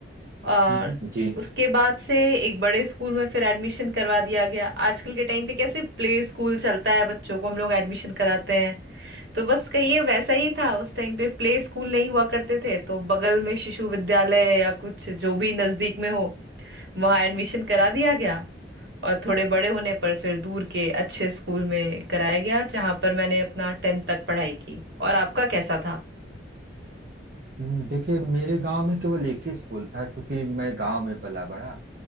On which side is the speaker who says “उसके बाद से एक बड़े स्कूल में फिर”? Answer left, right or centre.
Right